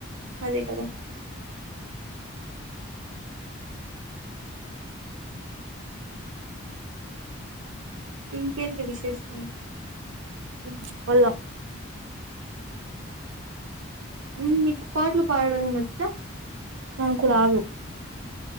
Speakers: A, on the right; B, on the right.
A: అదే కదా ఇంకేంటి విశేషం?
B: చెప్పాల
A: మీ మీకు పాటలు పాడడం వచ్చా
B: నాకు రాదు.